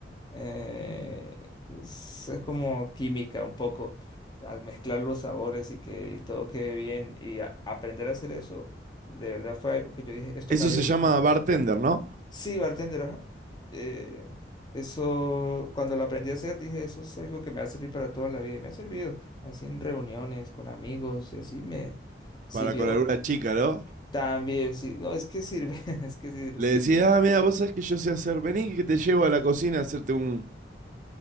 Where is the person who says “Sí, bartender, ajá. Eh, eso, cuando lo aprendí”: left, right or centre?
Left